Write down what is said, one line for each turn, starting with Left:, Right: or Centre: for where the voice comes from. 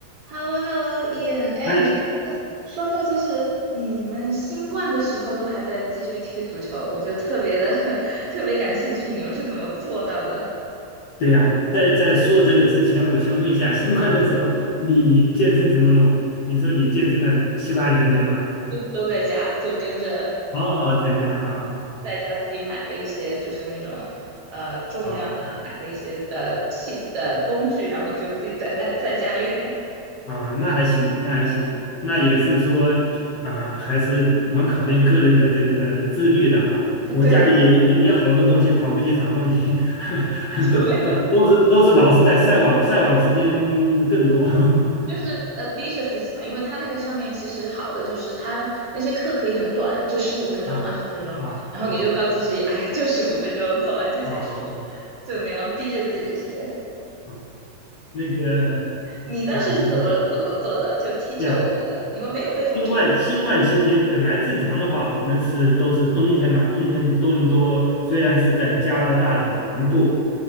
Right: h e l l o h e l l o i a n 哎，
Left: 哎，
Right: 你说到就是你们新冠的时候都还在继续踢足球，我就特别的 <laughs> 特别感兴趣，你们是怎么做到的？
Left: 对呀、在在说这个之前，我先问一下，新冠的时候，你你健身怎么弄？你说你健身了七八年，对吧？
Right: 都在家就跟着
Left: 哦，在家啊
Right: 在家自己买了一些就是那种呃重量啊，
Left: 啊啊
Right: 买了一些呃器呃工具，然后就自己在在在家练了。
Left: 啊，啊那还行，那还行，那也是说啊，还是蛮考验个人的这个自律的哈。
Right: <laughs>
Left: 我家里也也也好多东西，
Right: 对，
Left: 跑步机啥东西，
Right: 就没有
Left: <laughs> 都都都是都是老是在晒网，晒网时间更多。<laughs>
Right: 就是呃逼着自己嘛，因为它那个上面其实好的就是它那些课可以很短，就十五分钟、
Left: 啊啊啊
Right: 二十分钟，然后你就告诉自己，哎呀，就十五分钟，做完就结束了
Left: 啊啊啊啊！啊
Right: 就那样逼着自己去。
Left: 啊那个，
Right: 你当时是怎么怎么做的？
Left: 啊，就是
Right: 就踢球，
Left: 对，
Right: 我觉得你们没有被封城吗？
Left: 新冠新冠期间本来正常的话，我们是都是冬天嘛，冬天多伦多虽然是在加拿大的南部，